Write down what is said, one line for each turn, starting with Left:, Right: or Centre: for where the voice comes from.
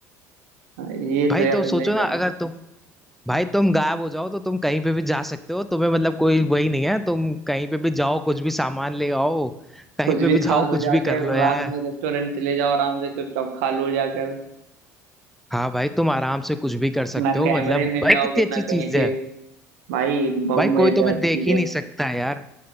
Right: हम्म। ये
Centre: भाई
Right: तो यार
Centre: तो
Right: तुमने
Centre: सोचो
Right: यार,
Centre: ना अगर तुम भाई तुम गायब हो जाओ तो तुम कहीं पे भी जा सकते हो तुम्हें मतलब कोई वही नहीं है तुम कहीं पे भी जाओ कुछ भी सामान ले आओ कहीं
Right: कुछ
Centre: पे
Right: भी
Centre: भी
Right: खा
Centre: जाओ
Right: लो
Centre: कुछ
Right: जाकर
Centre: भी कर लो यार
Right: रात में रेस्टोरेंट चले जाओ आराम से चुपचाप खा लो जाकर
Centre: हाँ भाई तुम आराम से कुछ भी कर सकते
Right: ना
Centre: हो
Right: कैमरे
Centre: मतलब
Right: में
Centre: भाई
Right: आओगे
Centre: कितनी अच्छी
Right: ना कहीं
Centre: चीज
Right: पे
Centre: है
Right: भाई बहुत
Centre: भाई
Right: मजेदार
Centre: कोई तुम्हें
Right: चीज
Centre: देख ही
Right: है
Centre: नहीं सकता है यार